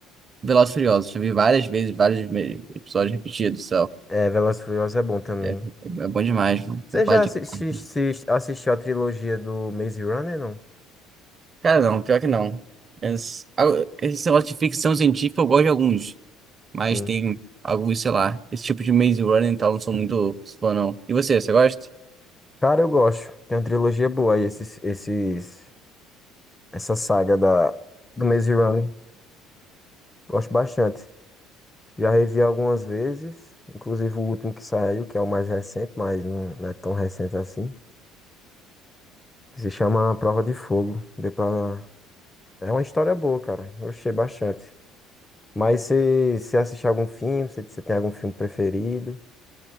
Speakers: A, on the right; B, on the left.
A: Velozes e Furiosos. Já vi várias vezes, vários me- episódios repetidos.
B: É, Velozes e Furiosos é bom também.
A: É, é bom demais, mano.
B: Você
A: Você fala
B: já
A: de-
B: assi-
A: carro.
B: assi- assistiu a trilogia do Maze Runner, não?
A: Cara, não, pior que não. Esse, ah, esse negócio de ficção científica eu gosto de alguns, mas
B: Sim.
A: tem alguns, sei lá, esse tipo de Maze Runner e tal, não sou muito fã, não. E você, você gosta?
B: Cara, eu gosto. Tem uma trilogia boa aí, esses, esses, essa saga da, do Maze Runner. Gosto bastante. Já revi algumas vezes, inclusive o último que saiu, que é o mais recente, mas não, não é tão recente assim. Que se chama A Prova de Fogo. Deu pra... É uma história boa, cara. Eu achei bastante. Mas você, você assiste algum filme? Você, você tem algum filme preferido?